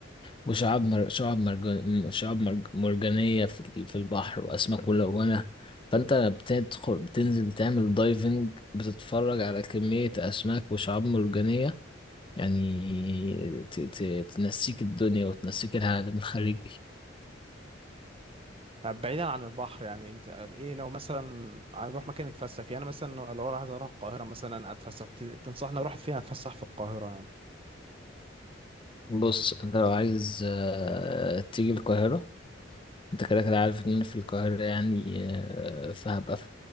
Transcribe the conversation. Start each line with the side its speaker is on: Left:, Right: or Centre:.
Left: وشعاب مر... شعاب مرجان... شعاب مرج... مرجانية في ال- في البحر وأسماك ملونة فأنت بتدخل بتنزل تعمل دايفنج بتتفرج على كمية أسماك وشعاب مرجانية يعني ت... ت... تنسيك الدنيا وتنسيك العالم الخارجي
Right: طب بعيدا عن البحر يعني انت ايه لو مثلا هنروح مكان نتفسح فيه انا مثلا لو لو انا عايز اروح القاهره مثلا اتفسح ت- تنصحني اروح فين اتفسح في القاهره يعني
Left: بص انت لو عايز آه، تيجي القاهرة انت كده كده عارف ان انا في القاهرة يعني آه، فهبقى